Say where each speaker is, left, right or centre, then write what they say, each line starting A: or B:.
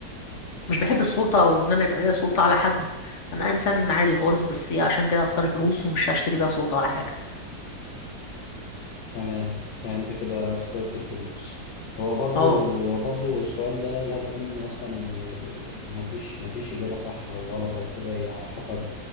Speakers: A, on the left; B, on the left.
A: مش بحب السلطة أو إن أنا يبقى ليا سلطة على حد أنا إنسان عادي خالص بس هي عشان كده هختار الفلوس ومش هشتري بيها سلطة على حاجة
B: تمام يعني انت كده اخترت الفلوس هو برضو
A: اه
B: برضو السؤال ده الهدف منه اصلا ان إن مفيش مفيش اجابة صح او غلط او كده هي على حسب